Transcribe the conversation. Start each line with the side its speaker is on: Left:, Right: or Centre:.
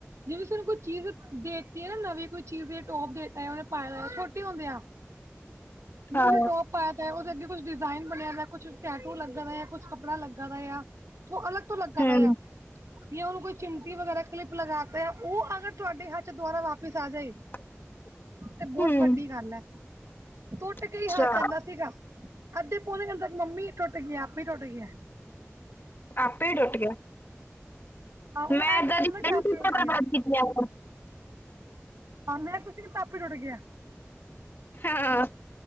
Right: ਜਿਵੇਂ ਸਾਨੂੰ ਕੋਈ ਚੀਜ਼ ਦੇਤੀ ਐ ਨਾ ਨਵੀਂ ਕੋਈ ਚੀਜ਼ ਟੋਪ ਦੇਤਾ ਉਹਨੇ ਪਾਇਆ ਹੋਇਆ ਛੋਟੇ ਹੁੰਦੇ ਆ
Left: ਹਾਂ
Right: ਜੋ ਵੀ ਟੋਪ ਪਾਇਆਦਾ ਉਹਦੇ ਅੱਗੇ ਕੁਛ ਡਿਜ਼ਾਇਨ ਬਣਿਆ ਵੇ, ਕੁਛ ਟੈਟੂ ਲੱਗ ਰਿਹਾ, ਕੁਛ ਕੱਪੜਾ ਲੱਗਾ ਵਾ। ਤ ਅਲਗ ਤੋਂ ਲੱਗਦਾ
Left: ਹੂੰ
Right: ਭ ਯਾਰ। ਜਾਂ ਉਹਨੂੰ ਕੋਈ ਚਿਮਚੀ ਵਗੈਰਾ ਕਲਿਪ ਲਗਾ ਤੇ ਹੈ ਉਹ ਅਗਰ ਤੁਹਾਡੇ ਹੱਥ ਚ ਦੁਬਾਰਾ ਵਾਪਿਸ ਆ ਜਾਏ।
Left: <inaudible>
Right: ਤੇ ਬਹੁਤ
Left: ਹੂੰ
Right: ਵੱਡੀ ਗੱਲ ਹੈ, ਟੱਟ ਕੇ
Left: ਅੱਛਾ
Right: ਹੀ ਹਥ ਆਂਦਾ ਸੀਗਾ। ਅੱਧੇੋ, ਪੌਣੇ ਘੰਟੇ ਤੱਕ ਮੰਮੀ ਟੁਟ ਗਿਆ, ਆਪੇ ਹੀ ਟੁੱਟ ਗਿਆ।
Left: ਆਪੇ ਹੀ ਟੁੱਟ ਗਿਆ।
Right: ਹਾਂ ਉਹ
Left: ਮੈਂ
Right: ਐਦਾ,
Left: ਇਦਾਂ ਦੀ
Right: ਕਿ
Left: ਕਈ
Right: ਆਪਾਂ
Left: ਚੀਜ਼ਾਂ
Right: ਉੱਠ
Left: ਬਰਬਾਦ
Right: ਗਿਆ।
Left: ਕੀਤੀਆਂ
Right: ਹਾਂ ਮੇਰਾ ਕੁਛ ਨੀ ਟੱਪ ਰੁੜ ਗਿਆ।
Left: ਹਾਂ